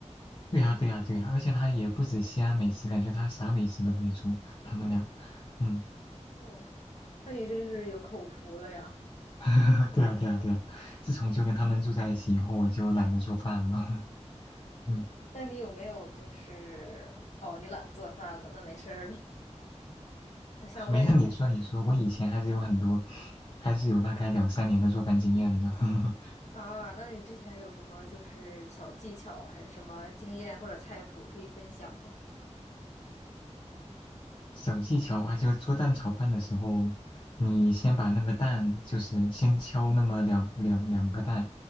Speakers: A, on the left; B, on the left.
A: 对呀对呀对呀，而且他也不止西安美食，感觉他啥美食都会做，他们俩。嗯，
B: 哦，那你真是有口福了呀！
A: <laughs> 对呀对呀对呀，自从就跟他们住在一起以后，我就懒得做饭了。<laughs> 嗯。
B: 那你有没有就是哦，你懒得做饭了，那没事儿了。<laughs> 我想问
A: 没事，你说你说，我以前还是有很多，还是有大概两三年的做饭经验的。<laughs>
B: 啊，那你之前有什么就是小技巧，还是什么经验或者菜谱可以分享吗？
A: 小技巧啊，就是做蛋炒饭的时候，你先把那个蛋，就是先敲那么两两两个蛋，